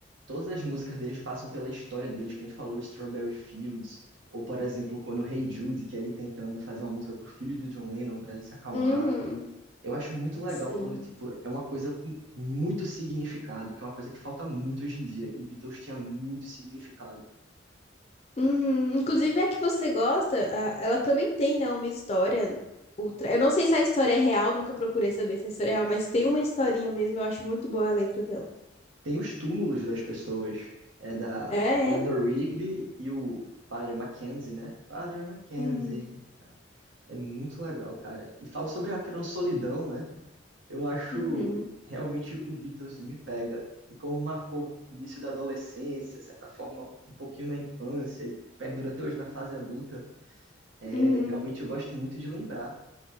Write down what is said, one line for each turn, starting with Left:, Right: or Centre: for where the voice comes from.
Right: Todas as músicas deles passam pela história deles, que a gente falou, Strawberry Fields, ou, por exemplo, quando o Hey Jude, que é ele tentando fazer uma música pro filho do John Lennon para ele se acalmar.
Left: Uhum,
Right: Eu acho muito legal
Left: sim.
Right: quando, tipo, é uma coisa com muito significado, que é uma coisa que falta muito hoje em dia. E Beatles tinha muito significado.
Left: Uhum. Inclusive, a que você gosta, a- ela também tem, né, uma história. Ultra... Eu não sei se a história é real, nunca procurei saber se a história é real, mas tem uma historinha mesmo, eu acho muito boa a letra dela.
Right: Tem os túmulos das pessoas. É da
Left: É,
Right: Eleanor
Left: é.
Right: Rigby e o Padre Mackenzie, né? Padre Mackenzie.
Left: Uhum,
Right: É muito legal, cara. E fala sobre aquela solidão, né? Eu acho
Left: uhum,
Right: realmente o Beatles me pega. E como marcou o início da adolescência, certa forma, um pouquinho na infância e perdura até hoje na fase adulta, É,
Left: uhum.
Right: realmente eu gosto muito de lembrar.